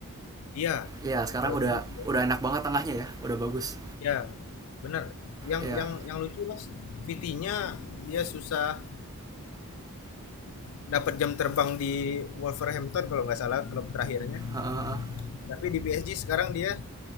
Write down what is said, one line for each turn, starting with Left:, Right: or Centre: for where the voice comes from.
Left: Iya,
Right: iya sekarang
Left: kalau
Right: udah
Left: dulu iya.
Right: udah enak banget tengahnya ya udah bagus
Left: Ya, benar. Yang
Right: iya
Left: yang yang lucu Mas, Vitinha dia susah dapat jam terbang di Wolverhampton kalau nggak salah klub terakhirnya.
Right: Heeh, heeh.
Left: Tapi di PSG sekarang dia